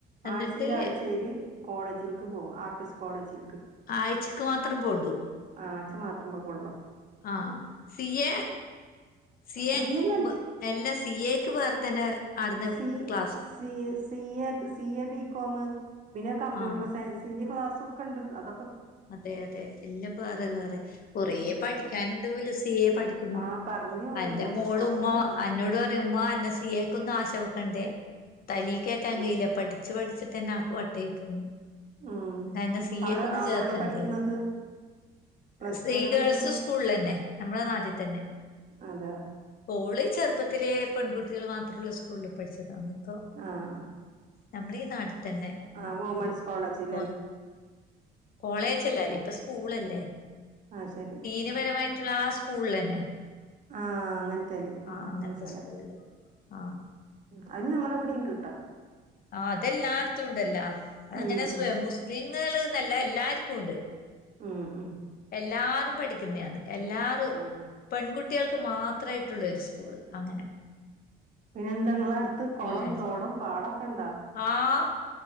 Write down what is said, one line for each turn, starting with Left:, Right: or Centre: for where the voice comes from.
Left: എന്നിട്ട്
Right: ആഴ്ചേല് ആഴ്ചേല് കോളേജിലേക്ക് പോവും ആർട്ടിസ് കോളേജി
Left: ആഴ്ച്ചക്ക് മാത്രം പോണ്ടു
Right: ആച്ച മാത്രം പോ കൊള്ളാം
Left: ആഹ് സി എ സി
Right: ഫ്രീയൊന്നല്ല
Left: എ എല്ലാ സി എക്ക് വേറെ തന്നെ ആട്ന്ന്
Right: C
Left: class
Right: C A C എക്ക് സി എ ബികോം പിന്നെ കമ്പ്യൂട്ടർ
Left: ആഹ്
Right: സയൻസ് ഇതിന്റെ ക്ലാസ്സ ഒക്കെണ്ട്. അത
Left: അതെ അതെ എല്ലാം വേറെ വേറെ കൊറേ
Right: ഉം
Left: പഠിക്കാനുണ്ട് പോലും സി എ പഠിക്ക
Right: ആ പറഞ്ഞു
Left: അന്റെ
Right: എന്നോട്
Left: മോള്
Right: കൊറേ
Left: ഉമ്മ
Right: നന്നായി
Left: അന്നോട് പറയും ഉമ്മ എന്നെ സിഎ ക്കൊന്ന ആശ വെക്കണ്ടേ. തലീ കേറ്റാ
Right: ഉം
Left: ങ്കയ്ല പഠിച്ച വച്ച് പഠിച്ചിട്ട്ന്നെ ആക്ക് വട്ടായി പോന്നു
Right: ഉം
Left: എന്താ എന്താ സി
Right: അവള്
Left: എക് ഒന്ന്
Right: അവളെവിടെ
Left: ചേർത്ത
Right: പഠിക്കണത്
Left: ണ്ട്
Right: പ്ലസ്
Left: സീ
Right: ടു എവിടെ
Left: ഗേൾസ്
Right: പഠിക്കണ്
Left: സ്കൂളില് തന്നെ നമ്മളെ നാട്ടിൽ തന്നെ
Right: അതാ
Left: ഓള് ചെറുപ്പത്തിലെ പെൺകുട്ടികൾ മാത്രമുള്ള സ്കൂളിൽ പഠിച്ചതാണ് ഇപ്പൊ
Right: ആഹ് ആ
Left: നമ്മളീ ഈ നാട്ടിൽ തന്നെ
Right: ആഹ് വുമൻസ് കോളേജിൽ
Left: പൊർഉ കോളേജ് ഇല്ലഅല്ലേ ഇപ്പൊ സ്കൂൾ അല്ലേ
Right: ആഹ് ശരി
Left: വിപരമായിട്ടുള്ള ആഹ് സ്കൂളിൽ തന്നെ
Right: ആ അങ്ങനത്തേല് ഉ
Left: ആഹ് അങ്ങനത്തെ
Right: മനസ്സിലായി
Left: സ്കൂളില് ആഹ്
Right: ഉം അത് ഞങ്ങളെ വിടീം ഉണ്ടട്ടാ
Left: ആ അതെല്ലാർത്തും ഉണ്ടല്ല അത അങ്ങനെ
Right: ഉം ഉം.
Left: മുസ്ലിങ്ങകൾന്നല്ല എല്ലാർക്കും ഉണ്ട്
Right: ഉ ഉ
Left: എല്ലാരും പഠിക്കുന്നതാണ് എല്ലാ
Right: ആഹ്
Left: പെൺകുട്ടികൾക്ക് മാത്രമായിട്ടുള്ള ഒരു സ്കൂള് അങ്ങനെ
Right: പിന്നെ എന്തെങ്ങള അടുത്ത് കുളം
Left: എല്ലായിടത്തും
Right: തോടും പാടൊക്കെ ഉണ്ടാ
Left: ആഹ്